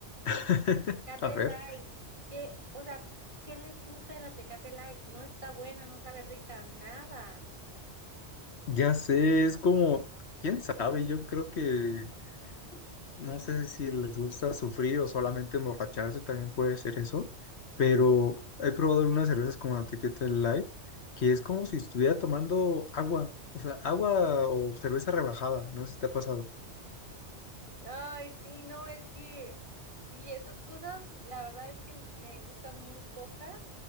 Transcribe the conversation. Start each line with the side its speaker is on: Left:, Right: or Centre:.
Left: <laughs>
Right: Tecate
Left: A ver,
Right: Light, que, o sea, ¿qué les gusta de la Tecate Light? No está buena, no sabe rica, nada.
Left: ya sé, es como, quién sabe, yo creo que No sé si les gusta sufrir o solamente emborracharse, también puede ser eso, pero he probado unas cervezas como la Tequila Light, que es como si estuviera tomando agua, o sea, agua o cerveza rebajada, no sé si te ha pasado.
Right: Ay, sí, no, es que, sí, esas cosas, la verdad es que me gustan muy pocas.